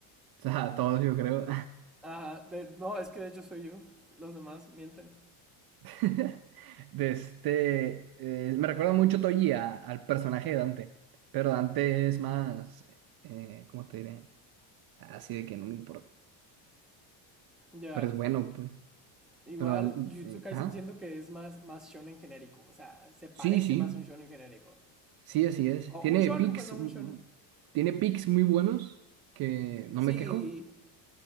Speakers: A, on the right (about 50°); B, in the centre.
A: O sea, todos yo creo.
B: Ajá, de- no, es que de hecho soy yo, los demás mienten.
A: <laughs> De este, eh, me recuerda mucho Toji a- al personaje de Dante, pero Dante es más, eh, ¿cómo te diré? Así de que no me importa,
B: Ya,
A: pero es bueno, pues.
B: igual
A: Pero Dan-
B: Jujutsu
A: sí,
B: Kaisen
A: ajá.
B: siento que es más, más shonen genérico, o sea, se parece
A: Sí, sí.
B: más a un shonen genérico.
A: Sí, así es.
B: O
A: Tiene
B: un shonen,
A: picks,
B: pues a
A: mm,
B: un
A: mm,
B: shonen.
A: tiene picks muy buenos que no
B: Sí,
A: me quejo.